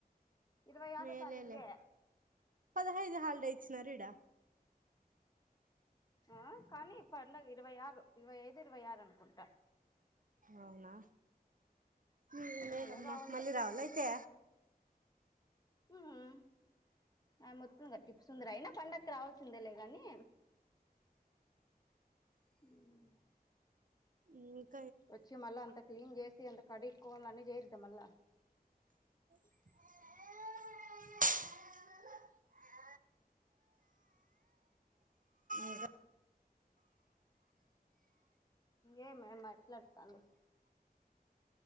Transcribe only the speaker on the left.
ఇరవై ఆరో
తారీఖే
ఆ కానీ ఇప్పుడు పండగ ఇరవై ఆరు ఇరవై ఐదు ఇరవై ఆరు అనుకుంటా
మళ్ళా రావాల
ఉమ్ ఆమె మొత్తం ఇగ టిప్పు సుందరి అయినా పండకు రావాల్సిందేలే గాని అవు
వచ్చి మళ్ళా అంత క్లీన్ చేసి అంత కడుగోవాలి అని చేయొద్దా మళ్ళా
ఏమి మ అట్లాంటావు